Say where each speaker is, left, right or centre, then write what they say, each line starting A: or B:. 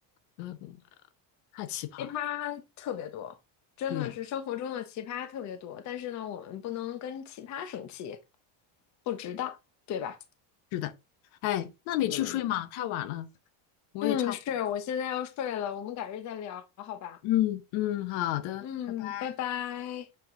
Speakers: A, on the left; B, on the left.
A: 嗯，太奇葩了。
B: 奇葩特别多，真的是生活中的奇葩特别多。
A: 对，
B: 但是呢，我们不能跟奇葩生气，不值当，对吧？
A: 是的。哎，那你去睡嘛，
B: 嗯，
A: 太晚了，我也差不多。
B: 嗯，是，我现在要睡了，我们改日再聊，好吧？
A: 嗯嗯，好的，
B: 嗯，
A: 拜拜。
B: 拜拜。